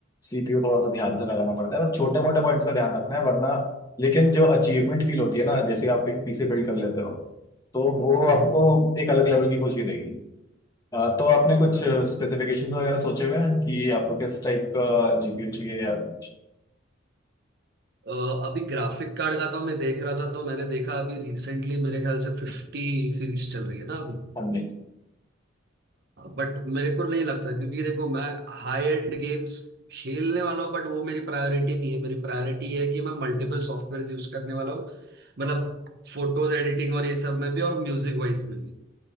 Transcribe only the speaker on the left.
सीपीयू थोड़ा सा ध्यान से लगाना पड़ता है बस छोटे मोटे पॉइंट्स का ध्यान रखना है वरना लेकिन जो अचीवमेंट फील होती है ना जैसे आप एक पीसी बिल्ड कर लेते हो तो वो
आपको
एक अलग लेवल की खुशी देगी अ, तो आपने कुछ
स्पेसिफिकेशंस वगैरह सोचे हुए हैं कि आपको किस टाइप का जीपीयू चाहिए या कुछ
हाँ जी